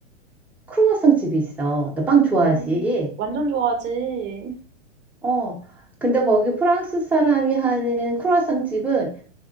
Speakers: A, in the centre; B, on the right (about 30°).
A: 크루아상 집이 있어. 너 빵 좋아하지?
B: 오. 완전 좋아하지.
A: 어. 근데 거기 프랑스 사람이 하는 크루아상 집은